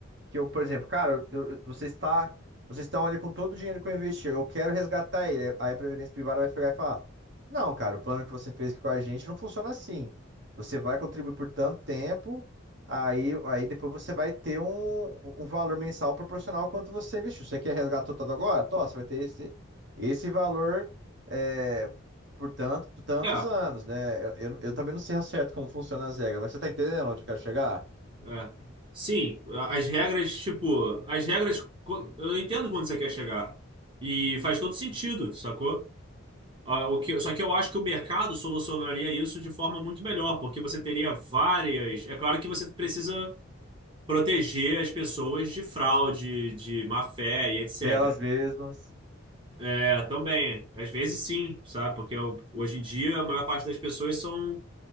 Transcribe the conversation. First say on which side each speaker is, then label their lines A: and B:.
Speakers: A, on the right (about 60°); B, on the right (about 25°).
A: que eu, por exemplo, cara, eu- eu- você está, vocês estão ali com todo o dinheiro que eu investi, eu quero resgatar ele. Aí a Previdência Privada vai pegar e falar: Não, cara, o plano que você fez aqui com a gente não funciona assim. Você vai contribuir por tanto tempo, aí, aí depois você vai ter um, um valor mensal proporcional ao quanto você investiu. Você quer resgatar tudo agora? Tó, você vai ter esse, esse valor. é, Por tanto, por tantos
B: É,
A: anos, né? Eu, eu, eu também não sei ao certo como funcionam as regras, mas você tá entendendo onde eu quero chegar?
B: é. Sim, as regras, tipo, as regras. Eu entendo quando você quer chegar. E faz todo sentido, sacou? Ah, o que- só que eu acho que o mercado solucionaria isso de forma muito melhor, porque você teria várias. É claro que você precisa proteger as pessoas de fraude, de má fé e etc.
A: Delas mesmas.
B: É, também, às vezes sim, sabe? Porque eu- hoje em dia a maior parte das pessoas são,